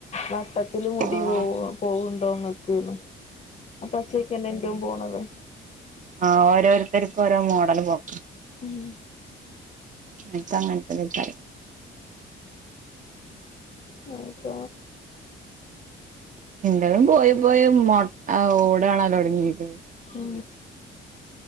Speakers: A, on the left (about 35°); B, on the right (about 40°).
A: വട്ടത്തില് മുടി
B: ആഹ്
A: പോ പോകണ്ട് റോങ്ങ് അ പച്ചക്കെ എ എറ്റവും പോണത്
B: ആ ഓരോരുത്തർക്കും ഓരോ മോഡല് പോക്കും
A: ഉം
B: എക്ക അങ്ങനത്തെക്ക
A: ഉ അത്തോ
B: എന്താലും പോയി പോയി മ ഓടയാണല്ലോ ഒടങ്ങിത്്
A: ഉ